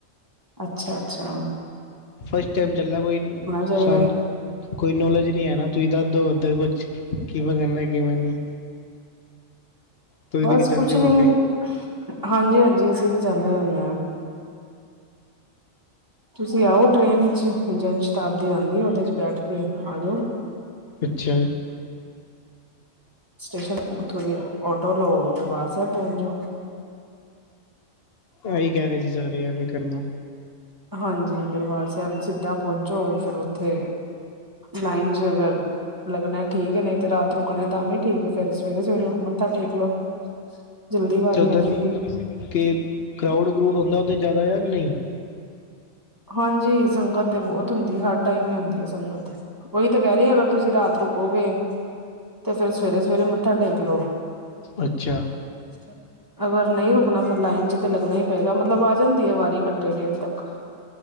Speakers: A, on the right (about 15°); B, on the left (about 50°).
A: ਅੱਛਾ-ਅੱਛਾ।
B: ਫਸਟ ਟਾਈਮ ਚੱਲਾ ਕੋਈ,
A: ਚਾਹੀਦਾ
B: ਸੰਗ। ਕੋਈ ਨੌਲੇਜ ਨਹੀਂ ਹੈ ਨਾ ਤੁਸੀਂ ਦੱਸ ਦੋ ਇੱਧਰ ਕੁਛ, ਕਿਵੇਂ ਕਰਨਾ ਕਿਵੇਂ ਨਹੀਂ। ਤੁਸੀਂ
A: ਬਸ
B: ਤਾਂ ਕਿ ਜਾਂਦੇ
A: ਕੁਛ
B: ਹੋਵੋਗੇ
A: ਨਹੀਂ ਹਾਂਜੀ-ਹਾਂਜੀ ਅਸੀਂ ਵੀ ਜਾਨੇ ਰਹਿੰਨੇ ਆ। ਤੁਸੀਂ ਆਓ ਟ੍ਰੇਨ ਵਿੱਚ ਜੰਨ ਸ਼ਤਾਬਦੀ ਆਂਦੀ ਉਹਦੇ ਚ ਬੈਠ ਕੇ ਆ ਜੋ।
B: ਅੱਛਾ
A: ਸਟੇਸ਼ਨ ਉੱਥੋਂ ਦੀ ਆਟੋ ਲਓ ਦਰਬਾਰ ਸਾਹਿਬ ਪਹੁੰਚ ਜਾਓ।
B: ਆਹੀ ਕਹਿ ਰਹੇ ਸੀ ਸਾਰੇ ਜਾਣੇ ਕਰਨਾ।
A: ਹਾਂਜੀ ਦਰਬਾਰ ਸਾਹਿਬ ਸਿੱਧਾ ਪਹੁੰਚੋ ਫਿਰ ਉੱਥੇ, ਲਾਈਨ ਚ ਲੱਗਣਾ ਠੀਕ ਹੈ ਨਹੀਂ ਤੇ ਰਾਤ ਰੁਕਣਾ ਤਾਂ ਵੀ ਠੀਕ ਹੈ ਫੇਰ ਸਵੇਰੇ ਸਵੇਰੇ ਮੱਥਾ ਟੇਕ ਲੋ। <unintelligible>
B: ਤੇ ਉੱਧਰ,
A: ਆ ਜਾਏਗੀ
B: ਕਿ ਕਰਾਊਡ-ਕਰਾਊਡ ਹੁੰਦਾ ਉਹ ਤਾਂ ਜ਼ਿਆਦਾ ਆ ਨਹੀਂ?
A: ਹਾਂਜੀ ਸੰਗਤ ਤੇ ਬਹੁਤ ਹੁੰਦੀ ਹਰ ਟਾਈਮ ਹੀ ਹੁੰਦੀ ਹੈ ਸੰਗਤ। ਉਹੀ ਤਾਂ ਕਹਿ ਰਹੀ ਅਗਰ ਤੁਸੀਂ ਰਾਤ ਰੁਕੋਗੇ, ਤੇ ਫੇਰ ਸਵੇਰੇ ਸਵੇਰੇ ਮੱਥਾ ਟੇਕ ਲਓ।
B: ਅੱਛਾ
A: <unintelligible> ਅਗਰ ਨਹੀਂ ਰੁਕਣਾ ਫਿਰ ਲਾਈਨ ਚ ਤੇ ਲੱਗਣਾ ਹੀ ਪਏਗਾ ਮਤਲਬ ਆ ਜਾਂਦੀ ਹੈ ਵਾਰੀ ਘੰਟੇ ਡੇਢ ਤੱਕ।